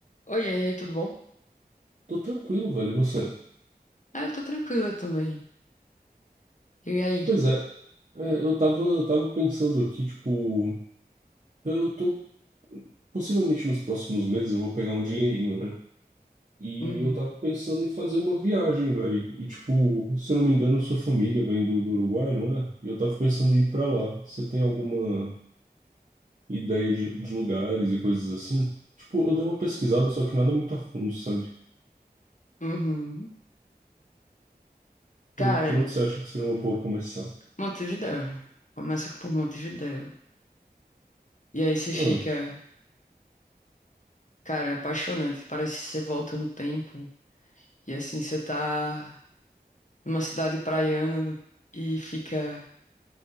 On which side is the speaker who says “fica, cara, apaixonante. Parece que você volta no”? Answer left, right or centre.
Left